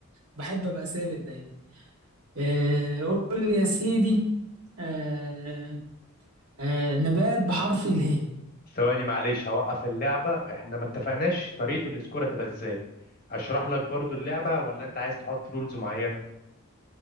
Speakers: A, on the right (about 80°); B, on the left (about 40°).
A: بحب ابقى سابق دايما آه، قول لي يا سيدي آه، آه، نبات بحرف اله
B: ثواني معلش هوقف اللعبه احنا ما اتفقناش طريقه الاسكوره تبقى ازاي اشرح لك برضو اللعبه ولا انت عايز تحط رولز معينه